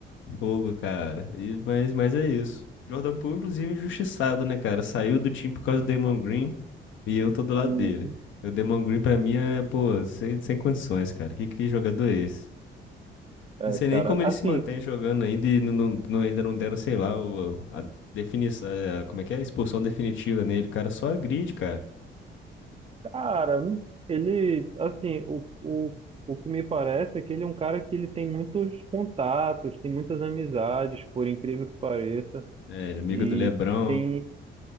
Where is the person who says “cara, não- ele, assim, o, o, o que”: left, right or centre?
Right